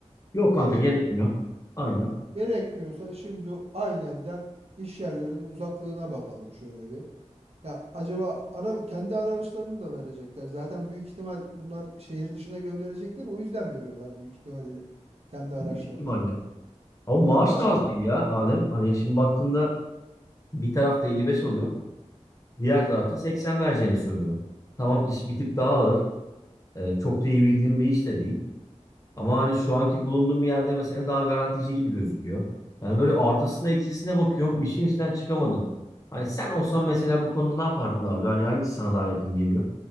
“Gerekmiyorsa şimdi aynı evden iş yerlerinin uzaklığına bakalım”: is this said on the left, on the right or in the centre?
Right